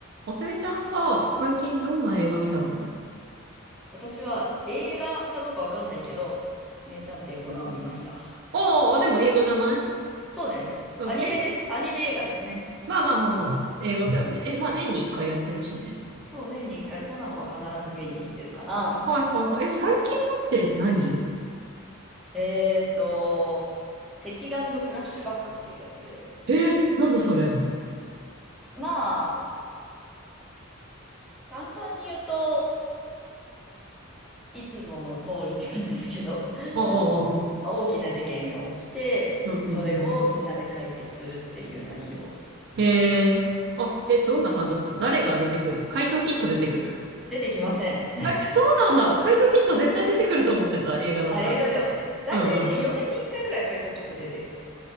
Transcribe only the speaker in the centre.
私は映画かどうかわかんないけど、名探偵コナンを見ました。
そうね。
アニメですき。
アニメ映画ですね。
そうね。年に一回コナンは必ず見に行ってるかな。
えーと、赤眼のフラッシュバックっていうやつで。
まあ、簡単に言うといつもの通りって感じですけど、<laughs>
まあ、大きな事件が起きて、
それをみんなで解決するっていう内容。
出てきません。
<laughs>
あ、映画ではね、だいたいね、
4年に1回ぐらい書いときと出てるよ。